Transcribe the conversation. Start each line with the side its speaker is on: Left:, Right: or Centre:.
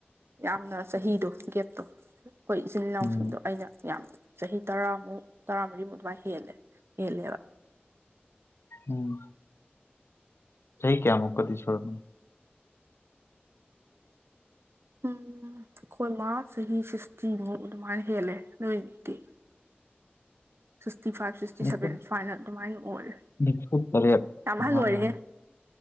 Right: ꯌꯥꯝꯅ ꯆꯍꯤꯗꯣ ꯒꯦꯞꯇꯣ ꯑꯩꯈꯣꯏ ꯏꯆꯤꯜ ꯏꯅꯥꯎꯁꯤꯡꯗꯣ
Left: ꯎꯝ
Right: ꯑꯩꯅ ꯌꯥꯝ ꯆꯍꯤ ꯇꯔꯥꯃꯨꯛ ꯇꯔꯥꯃꯔꯤꯃꯨꯛ ꯑꯗꯨꯃꯥꯏ ꯍꯦꯜꯂꯦ ꯍꯦꯜꯂꯦꯕ
Left: ꯎꯝ ꯊꯩ ꯀꯌꯥ ꯃꯨꯀꯗꯤꯁꯣ ꯃꯅꯤ
Right: ꯎꯝ ꯑꯩꯈꯣꯏ ꯃꯥ ꯆꯍꯤ ꯁꯤꯛꯁꯇꯤꯃꯨꯛ ꯑꯗꯨꯃꯥꯏꯅ ꯍꯦꯜꯂꯦ ꯅꯣꯏꯒꯤꯗꯤ ꯁꯤꯛꯁꯇꯤ ꯐꯥꯏꯚ ꯁꯤꯛꯁꯇꯤ
Left: ꯅꯤꯐꯨ
Right: ꯁꯚꯦꯟ ꯁꯨꯃꯥꯏꯅ ꯑꯗꯨꯃꯥꯏꯅ ꯑꯣꯏꯔꯦ
Left: ꯅꯤꯐꯨ ꯇꯔꯦꯠ
Right: ꯌꯥꯝ
Left: ꯑꯗꯨꯃꯥꯏꯅ
Right: ꯑꯍꯜ ꯑꯣꯏꯔꯍꯦ